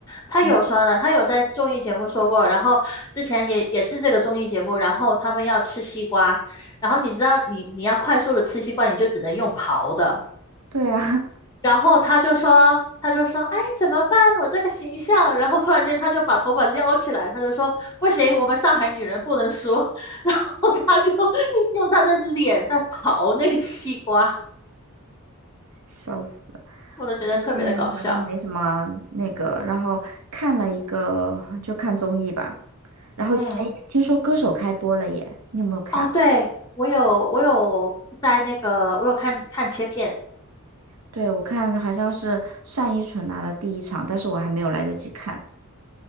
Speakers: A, on the left; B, on the right.
A: 他有酸的，
B: 嗯
A: 他有在综艺节目说过，然后之前也也是这个综艺节目，然后他们要吃西瓜，然后你知道你你要快速的吃西瓜，你就只能用刨的，
B: 对啊，<laughs>
A: 然后他就说他就说，哎，怎么办？我这个形象，然后突然间他就把头发撩起来，他就说不行，我们上海女人不能说。<laughs> 然后他就 <laughs> 用他的脸在刨那个西瓜，
B: 笑死！
A: 我都觉得特别的搞笑。
B: 我最近好像没什么那个，然后看了一个就看综艺吧，然后哎，
A: 嗯，
B: 听说歌手开播了耶，你有没有看？
A: 哦，对，我有我有在那个我有看看切片。
B: 对，我看好像是单依纯拿了第一场，但是我还没有来得及看。